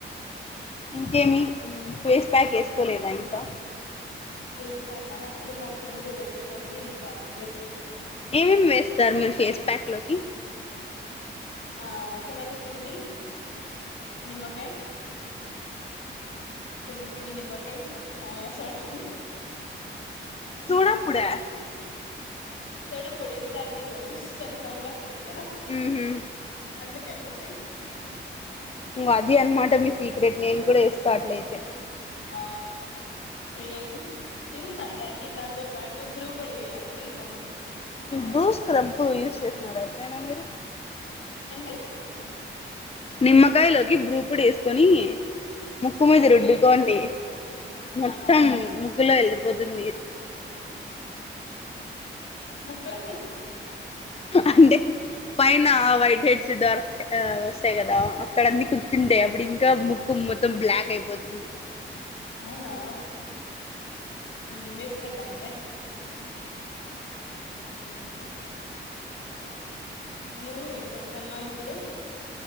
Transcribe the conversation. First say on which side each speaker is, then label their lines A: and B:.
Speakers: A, on the left (about 30°); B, on the left (about 75°).
A: ఇంకేమి ఫేస్ ప్యాక్ వేసుకోలేదా ఇంకా
B: ఫేస్పాక్ ఆ అది మా ఫ్రెండ్ వేస్తుంది ఇంకా వే
A: ఏమేమి వేస్తారు మీరు ఫేస్ ప్యాక్ లోకి
B: ఆ శెనగపిండి నిమ్మకాయి శెన్ గ్ పిండి నిమ్మకయి ఆ సోడా
A: సూడాపుడా
B: సోడా బూడి ఇస్ సాది ఇట్లా బుష్ అని సౌండ్ వస్తుంది కదా
A: ఉహు
B: అందు కనేసి
A: ఉం అది అన్ మాట నీ సీక్రెట్ నే సట్లయితే
B: ఆ ఊయన్ <unintelligible> ఇంకా అలాగే దాంతో పాటు బ్రూ పొడి వేయండి మంచి ఆ
A: బ్రూ స్క్రబ్ యూస్ చేస్తున్నారా ఎప్పుడైనా మీరు
B: అంటే
A: నిమ్మకాయలోకి బ్రూ పొడి వేసుకొని ముక్కు
B: ఓకే
A: మీద రుద్దుకోండి
B: ఓకే
A: మొత్తం
B: ఆ
A: ముక్కుల్ లో ఎళ్ళిపోతుంది
B: ముక్కు లో
A: అంటే పైన ఆ వైట్ హెడ్స్ డార్క్ ఆ వస్తాయి కదా అక్కడ అన్న కూర్చుంటాయి అప్పుడు ఇంకా ముక్కు మొత్తం బ్లాక్ అయిపోతుంది
B: అవునా ఉమ్ వేసుకుంటానులే ఉహుమ్ నువ్వు ఏం చేస్తన్నావు ఇప్పుడు